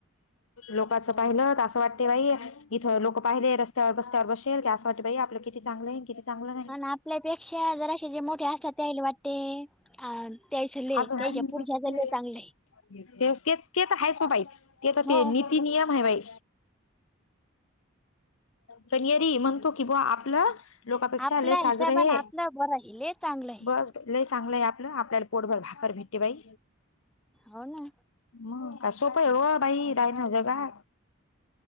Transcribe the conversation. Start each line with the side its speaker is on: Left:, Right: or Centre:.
Left: लोकच- पाहिलं तर असं वाटते बाई इथं लोक पाहिले रत्यावर बस्त्यावर बसेल की असं वाटते बाई आपलं किती चांगलं हे. कीती चांगलं हे.
Centre: आण आपल्यापेक्षा जराशे जे मोठे असता त्यायाल वाटते. अ त्यायच लय
Left: आजून
Centre: त्याच्या
Left: काही नई
Centre: पुढच्याच
Left: बसले
Centre: लय
Left: हेत.
Centre: चांगलं आहे
Left: <unintelligible> तेच तेत ते त हायच व बाई ते त
Centre: हो
Left: ते नित ती नियम आहे बाई ते नियत. <unintelligible> म्हणतो की बुआ आपलं लोकपेक्षा
Centre: आपल्या
Left: लय साजर
Centre: हिशोबान
Left: हे
Centre: आपलं बरं आहे लय चांगलं आहे
Left: बस. लय चांगलंय आपलं आपल्याला पोटभर भाकर भेटते बाई.
Centre: हो ना.
Left: मंग का सोपय हो बाई रायन जगाात.